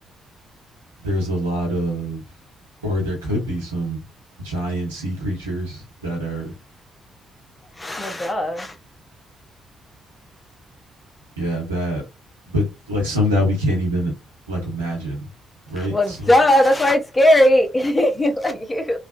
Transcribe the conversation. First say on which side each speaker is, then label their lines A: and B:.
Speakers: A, on the right; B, on the left.
A: there's a lot of, or there could be some giant sea creatures that are
B: Well, duh.
A: yeah that, but like some that we can't even like imagine, right?
B: Well,
A: Some
B: duh, that's why it's scary. <laughs> like you.